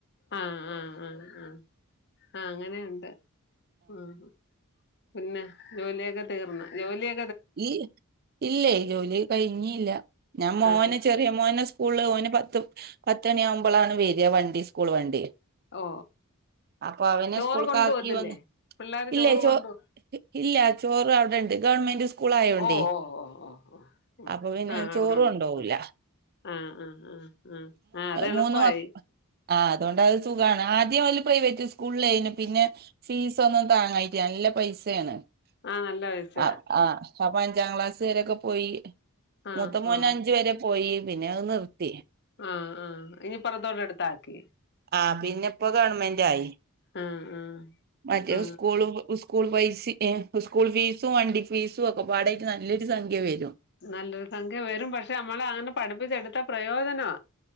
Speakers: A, on the left; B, on the right.
A: ആഹ് ആഹ് ആഹ് ആഹ് ആഹ് അങ്ങനെണ്ട് ആഹ് പിന്നെ ജോലിയൊക്കെ തീർന്ന ജോലിയൊ
B: ഇ ഇല്ലെ ജോലി കൈഞ്ഞില്ല ഞാൻ മോന്
A: ആ
B: ചെറിയ മോന് സ് കൂള് ഓന് പത്ത് പത്തണിയാകുമ്പോളാണ് വെര്യ വണ്ടി സ്കൂൾ വണ്ടി
A: ഓ
B: അപ്പൊ അവനെ
A: ചോറ്
B: സ്കൂൾക്കാക്കി
A: കൊണ്ടു പോകത്തില്ലേ
B: വന്നു
A: പിള്ളേര്
B: ഇല്ലേ
A: ചോറ്
B: ചോ
A: കൊണ്ടു
B: ഇല്ല ചോ റവിടെണ്ട് ഗവൺമെന്റ് സ്കൂൾ ആയോണ്ടേ
A: ഓ ഓ ഓ ഓ ഓ ഉം.
B: അപ്പൊ പിന്ന
A: ആ അവിടെ
B: ചോറോണ്ടോവൂല
A: ഉണ്ട് അവിടെ ആ ആ ആ ആ ആഅത് എളുപ്പായി
B: മൂന്ന് മക്ക ആ അതുകൊണ്ടത് സുഖാണ് ആദ്യം ഓല് പ്രൈവറ്റ് സ്കൂളിലേയ്നു പിന്നെ ഫീസൊന്നും താങ്ങായിട്ട നല്ല പൈസയാണ്
A: ആ നല്ല പൈസ
B: ആ ആ അപ്പൊ അഞ്ചാം ക്ലാസ് വരൊക്കെ പോയി
A: ആ
B: മൂത്ത മോനഞ്ച്
A: ആ
B: വരെ പോയി പിന്നെ അത് നിർത്തി.
A: ഉം ഉം ഇനി പൊറത്തോട്ട് എടുത്താക്കി.
B: ആഹ് പിന്നെ ഇപ്പോ ഗവൺമെന്റായി
A: ആ ആ
B: മറ്റേത്
A: ആ
B: സ്കൂളും സ്കൂൾ പൈസി ഏഹ് സ്കൂൾ ഫീസും വണ്ടി ഫീസും ഒക്കെ പാടായിട്ട് നല്ലൊരു സംഖ്യ വരും.
A: നല്ലൊരു സംഖ്യ വരും പക്ഷെ നമ്മളങ്ങനെ പഠിപ്പിച്ചെടുത്ത പ്രയോജനവാ.